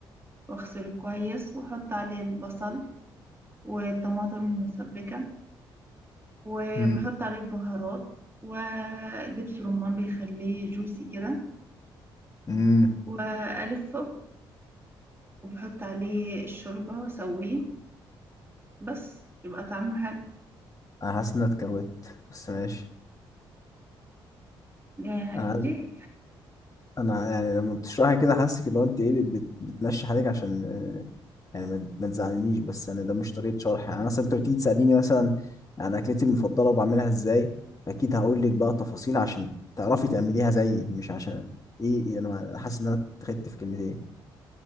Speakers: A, on the right (about 20°); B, on the left (about 30°).
A: واغسله كويس واحط عليه البصل والطماطم المسبكة وبحط
B: مم.
A: عليه البهارات ودبس رمان بيخليه جوسي كده
B: مم.
A: وألفه وبحط عليه الشوربة وأسويه بس يبقى طعمه حلو
B: انا حاسس ان انا اتكروت بس ماشي
A: يا-
B: انا
A: ليه؟
B: انا يعني لما بتشرحي كده حاسك اللي هو انت ايه بت- بتمشي حالك عشان آه، يعني ما ما تزعلنيش بس يعني ده مش طريقه شرح يعني مثلا انت بتيجي تساليني مثلا عن اكلتي المفضله وبعملها ازاي اكيد هقول لك بقى تفاصيل عشان تعرفي تعمليها زيي مش عشان ايه إيه، انا حاسس ان انا اتخدت في كلمتين